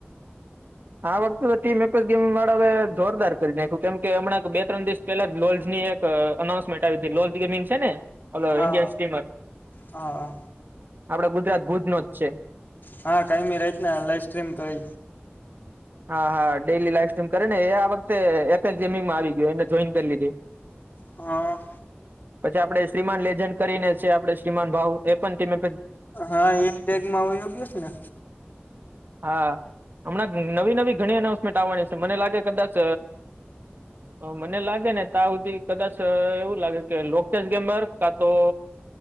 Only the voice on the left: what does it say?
હા
હા
હા, કઈ મી રહીત લાઈવ સ્ટ્રીમ કઈ
હા
હ, એ ટેગમાં યોગ્ય છેને.